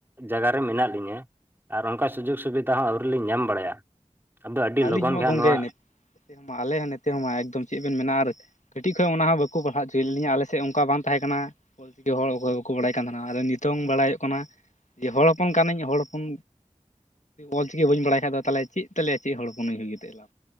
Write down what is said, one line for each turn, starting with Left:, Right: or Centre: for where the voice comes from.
Right: ᱡᱟᱭᱜᱟ ᱨᱮ ᱢᱮᱱᱟᱜ ᱞᱤᱧᱟ᱾ ᱟᱨ ᱚᱱᱠᱟ ᱥᱩᱡᱳᱜᱽ ᱥᱩᱵᱤᱫᱷᱟ ᱦᱚᱸ ᱟᱹᱣᱨᱤ ᱞᱤᱧ ᱧᱟᱢ ᱵᱟᱲᱟᱭᱟ ᱟᱫᱚ ᱟᱹᱰᱤ
Left: ᱟᱹᱞᱤᱧ
Right: ᱞᱚᱜᱚᱱ
Left: ᱦᱚᱸᱢᱟ
Right: ᱜᱮᱦᱟᱸᱜ
Left: ᱜᱚᱢᱠᱮ
Right: ᱱᱚᱣᱟᱼᱼ
Left: ᱱᱚᱛᱮ ᱟᱞᱮ ᱱᱛᱮ ᱦᱸ ᱢᱟ ᱮᱠᱫᱚᱢ ᱪᱮᱫ ᱵᱮᱱ ᱢᱮᱱᱟ ᱟᱨ ᱠᱟᱹᱴᱤᱡ ᱠᱷᱚᱡ ᱚᱱᱟ ᱦᱚᱸ ᱵᱟᱠᱚᱼᱼ ᱯᱟᱲᱦᱟᱣ ᱪᱚᱭᱮᱫ ᱞᱤᱧᱟᱹ ᱟᱞᱮ ᱥᱮᱫ ᱚᱱᱠᱟ ᱵᱟᱝ ᱛᱟᱦᱮᱸ ᱠᱟᱱᱟ ᱚᱞ ᱪᱤᱠᱤ ᱦᱚᱲ <unintelligible> ᱵᱟᱲᱟᱭ ᱠᱟᱱ ᱛᱟᱦᱮᱱᱟ ᱟᱨ ᱱᱤᱛᱚᱝ ᱵᱟᱲᱟᱭᱚᱜ ᱠᱟᱱᱟ ᱡᱮ ᱦᱚᱲ ᱦᱚᱯᱚᱱ ᱠᱟᱹᱱᱟᱹᱧ ᱦᱚᱲ ᱦᱚᱯᱚᱱᱼᱼ ᱚᱞ ᱪᱤᱠᱤ ᱵᱟᱹᱧ ᱵᱟᱲᱟᱭ ᱠᱷᱟ ᱫᱚ ᱛᱟᱦᱚᱞᱮ ᱪᱮᱫ ᱛᱟᱞᱮᱭᱟ ᱪᱮᱫ ᱦᱚᱯᱱ ᱩᱭ ᱠᱟᱛᱮ ᱫᱚ